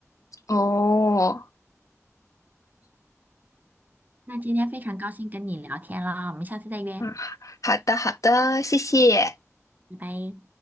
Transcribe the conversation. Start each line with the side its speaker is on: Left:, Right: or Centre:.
Left: 哦，
Right: 那今天非常高兴跟你聊天啊，我们下次再约，
Left: 嗯好的好的，谢谢。
Right: 拜拜。